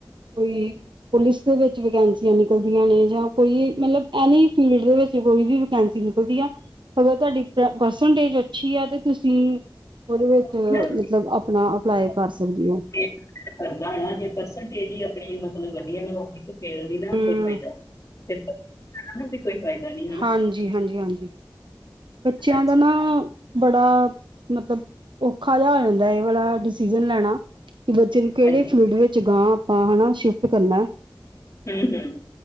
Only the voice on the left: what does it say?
ਉਹੀ ਨਾ
ਇਦਾ ਨਾ, ਜੇ ਪਰਸੈਂਟੇਜ ਹੀ ਆਪਣੀ ਮਤਲਬ ਵਧੀਆ ਨਾ ਹੋ ਫੇਰ ਨੀ ਨਾ
ਕੋਈ ਫਾਇਦਾ, ਫੇਰ ਤਾਂ ਕੋਈ ਫਾਇਦਾ ਨੀ।
ਹਾਂਜੀ
ਹਾਂਜੀ
ਹਮ ਹਮ,